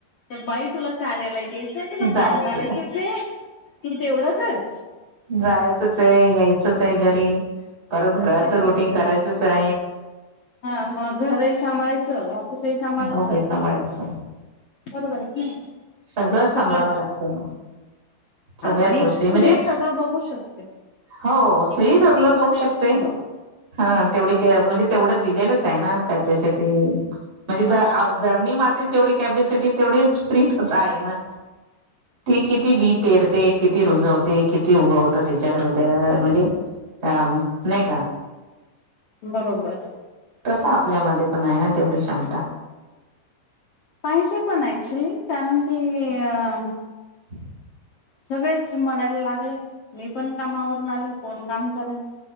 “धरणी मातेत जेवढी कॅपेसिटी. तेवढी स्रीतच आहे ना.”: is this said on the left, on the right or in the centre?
Right